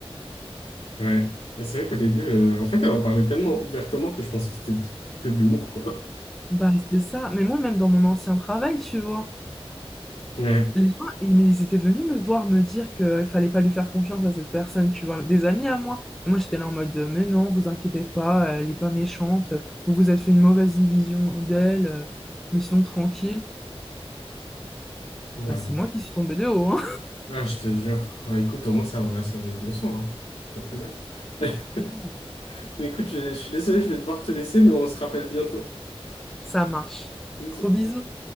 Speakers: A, on the left (about 80°); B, in the centre.
A: ouais. Mais c'est vrai qu'au début, euh, en fait, elle en parlait tellement ouvertement que je pensais que c'était de- que de l'humour, quoi.
B: Bah, c'est ça. Mais moi, même dans mon ancien travail, tu vois,
A: Ouais,
B: les gens, ils, mais ils étaient venus me voir me dire qu'il fallait pas lui faire confiance à cette personne, tu vois, des amis à moi. Et moi, j'étais là en mode, euh, mais non, vous inquiétez pas, euh, elle est pas méchante, euh, vous vous êtes fait une mauvaise vision d'elle, euh, mais sinon, tranquille.
A: ouais.
B: Bah, c'est moi qui suis tombée de haut, hein.
A: Ah, je te jure. Ouais, Écoute, au moins ça m'aura servi de leçon, hein. C'est pas plus mal. <laughs>
B: <laughs>
A: Mais écoute, je je suis désolé, je vais devoir te laisser, mais on se rappelle bientôt.
B: Ça marche.
A: Bisous.
B: Gros bisous.